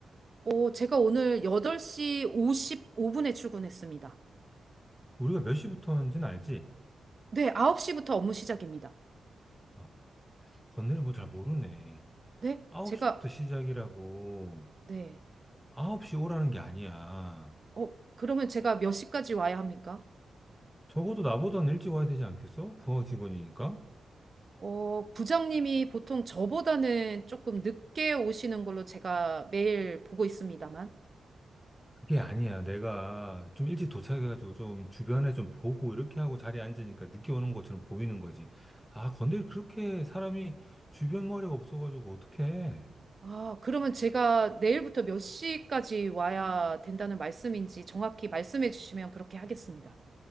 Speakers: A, on the right; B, in the centre.
A: 어, 제가 오늘 8시 55분에 출근했습니다.
B: 우리가 몇 시부터 하는지는 알지?
A: 네, 9시부터 업무 시작입니다.
B: 아, 건대리 뭐 잘 모르네.
A: 네?
B: 9시부터
A: 제가,
B: 시작이라고.
A: 네.
B: 9시 오라는 게 아니야.
A: 어, 그러면 제가 몇 시까지 와야 합니까?
B: 적어도 나보다는 일찍 와야 되지 않겠어? 부하 직원이니까?
A: 어, 부장님이 보통 저보다는 조금 늦게 오시는 걸로 제가 매일 보고 있습니다만.
B: 그게 아니야. 내가 좀 일찍 도착해가지고 좀 주변에 좀 보고 이렇게 하고 자리에 앉으니까 늦게 오는 것처럼 보이는 거지. 아, 근데 그렇게 사람이 주변 머리가 없어가지고 어떡해.
A: 아, 그러면 제가 내일부터 몇 시까지 와야 된다는 말씀인지 정확히 말씀해 주시면 그렇게 하겠습니다.